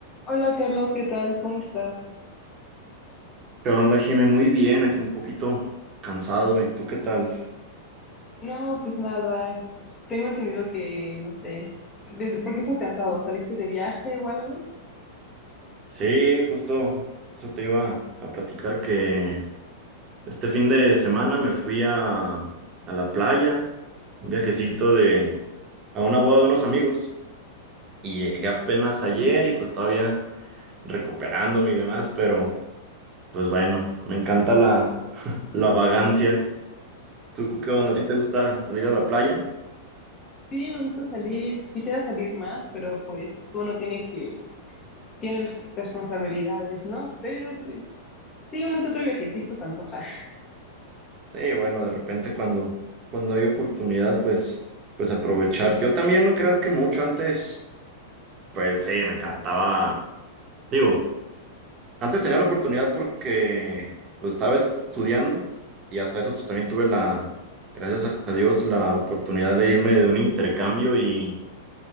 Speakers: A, on the left; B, on the right.
A: Hola Carlos, ¿qué tal? ¿Cómo estás?
B: ¿Qué onda, Jimé? Muy bien, aquí un poquito cansado. ¿Y tú qué tal?
A: No, pues nada, tengo entendido que, no sé, des- ¿por qué estás cansado? ¿Saliste de viaje o algo?
B: Sí, justo eso te iba a platicar que este fin de semana me fui a, a la playa, un viajecito de, a una boda de unos amigos y llegué apenas ayer y pues todavía recuperándome y demás, pero pues bueno, me encanta la, <laughs> la vagancia. ¿Tú qué onda? ¿A ti te gusta salir a la playa?
A: Sí, me gusta salir, quisiera salir más, pero pues uno tiene que, tiene responsabilidades, ¿no? Pero pues sí, uno que otro viajecito se antoja. <laughs>
B: Sí, bueno, de repente cuando, cuando hay oportunidad, pues, pues aprovechar. Yo también no creas que mucho antes, pues sí, me encantaba. Digo, antes tenía la oportunidad porque pues estaba estudiando y hasta eso pues también tuve la, gracias a Dios, la oportunidad de irme de un intercambio y,